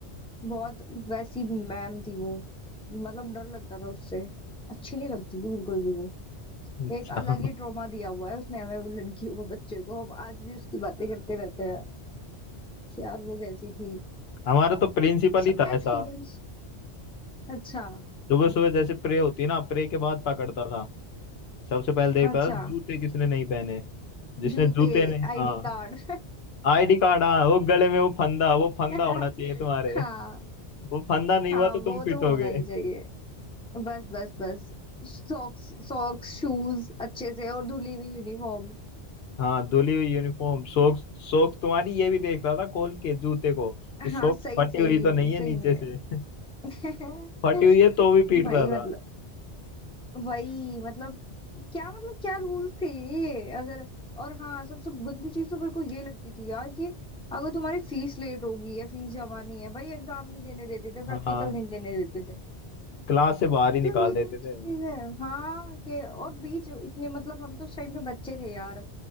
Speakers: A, in the centre; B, on the left.
A: बहुत वैसी मैम थी वो मतलब डर लगता था उससे अच्छी नहीं लगती थी बिल्कुल भी वो
B: अच्छा
A: एक अलग ही ट्रॉमा दिया हुआ है उसने हमें वो लड़कियों को बच्चे को हम आज भी उसकी बातें करते रहते हैं कि यार वो कैसी थी
B: हमारा तो प्रिंसिपल
A: सबका
B: ही था ऐसा
A: एक्सपीरियंस अच्छा
B: सुबह सुबह जैसे प्रे होती ना प्रे के बाद पकड़ता था सबसे पहले देखता
A: अच्छा
B: था जूते किसने नहीं पहने जिसने
A: जूते
B: जूते ने
A: आईडी
B: हाँ
A: कार्ड
B: आईडी कार्ड हाँ वो गले में वो फंदा वो फंदा
A: <laughs>
B: होना चाहिए तुम्हारे
A: हाँ
B: वो फंदा नहीं
A: हाँ
B: हुआ तो
A: वो
B: तुम पिटोगे
A: तो होना ही चाहिए बस बस बस सॉक्स सॉक्स शूज अच्छे से और धुली हुई यूनिफॉर्म
B: हाँ धुली हुई यूनिफॉर्म सोक्स सोक्स तुम्हारी ये भी देखता था खोल के जूते को कि सोक्स
A: हाँ सही
B: फटी
A: सही
B: हुई तो नहीं है
A: सही
B: नीचे
A: में
B: से <laughs>
A: <laughs>
B: फटी हुई है तो भी पीटता
A: भाई
B: था
A: मतलब वही मतलब क्या मतलब क्या रूल थे ये अगर और हाँ सबसे गंदी चीज तो मेरे को ये लगती थी यार कि अगर तुम्हारी फीस लेट होगी या फीस जमा नहीं है भाई एग्जाम नहीं देने देते थे प्रैक्टिकल
B: हाँ
A: नहीं देने देते थे
B: क्लास से बाहर ही
A: मतलब
B: निकाल
A: ये
B: देते
A: कोई अच्छी
B: थे
A: चीज है हाँ के और बीच इतने मतलब हम तो उस टाइम पे बच्चे थे यार